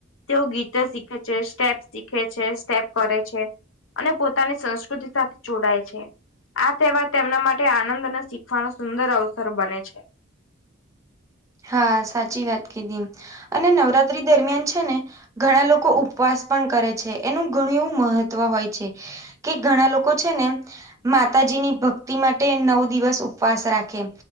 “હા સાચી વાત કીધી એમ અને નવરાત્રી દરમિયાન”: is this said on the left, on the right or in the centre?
Right